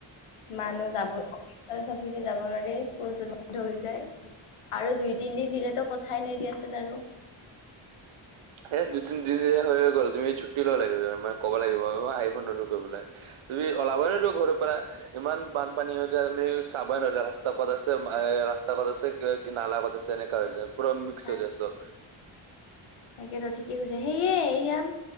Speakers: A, on the right; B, on the left.
A: উম
B: মানুহ যাব চাফিছে যাব নোৱাৰে স্কুলতো বন্ধ হৈ যায় আৰু দুই তিন দিন দিলেতো ক খায় নাইদিয়া আছিল আৰু
A: হেই দুই তিনদিন হৈ গ'ল তুমি ছুটি ল'ব লাগিব মানে ক'ব লাগিব আৰু আহিব কৰিবলে। তুমি ওলাবই নোৱাৰা ঘৰৰ পৰা। ইমান বানপানী হয় যায় আমি চাবই নাজায় ৰাস্তা ক'ত আছে এ ৰাস্ত ৰাস্তা কত আছে কি নালা কত আছে এনেকা হৈ যায় পুৰা মিক্স
B: তাক
A: হৈ যায় চব।
B: তাকেতো ঠিকেই কৈছে সেয়ে এইয়াম